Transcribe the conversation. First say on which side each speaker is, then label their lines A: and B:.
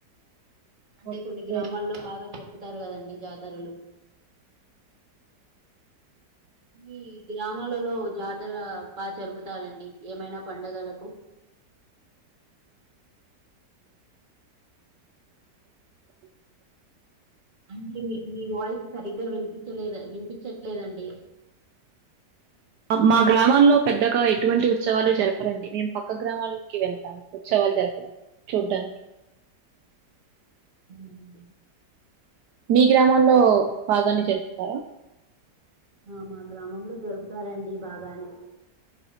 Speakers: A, on the right; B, on the right.
A: అంటే
B: ఓకే.
A: కొన్ని గ్రామాల్లో బాగా జరు తారు గదండి జాతరలు మీ గ్రామాలలో జాతర బా జరుపుతారండి ఏమైనా పండగలకు అంటే మీ వాయిస్ సరిగ్గా వినిపిచలేదు వినిపిచట్లేదండి
B: మా గ్రామాల్లో పెద్దగా ఎటువంటి ఉత్సవాలు జరపరండి మేము పక్క గ్రామాలకి వెళ్తాం ఉత్సవా జరపడం చూడ్డానికి
A: అవుండి
B: మీ గ్రామంలో బాగాన్ని జరుపుతారా
A: ఆ మా గ్రామంలో జరుపుతారండి బాగానే